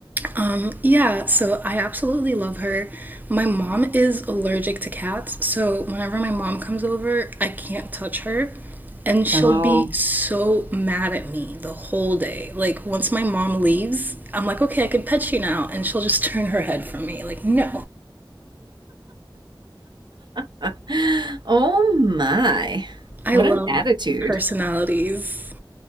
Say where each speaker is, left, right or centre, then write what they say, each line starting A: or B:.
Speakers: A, on the right; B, on the right.
A: um, yeah, so I absolutely love her. My mom is allergic to cats, so whenever my mom comes over, I can't touch her, and she'll
B: Oh.
A: be so mad at me the whole day. Like, once my mom leaves, I'm like, okay, I can pet you now, and she'll just <laughs> turn her head from me. Like, no.
B: <laughs> Oh my.
A: I
B: What
A: love
B: an attitude.
A: personalities.